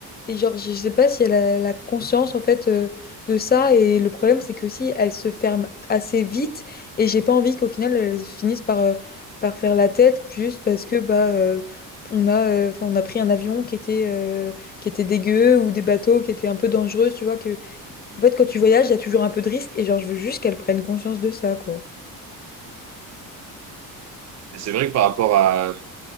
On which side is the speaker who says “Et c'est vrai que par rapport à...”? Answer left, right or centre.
Right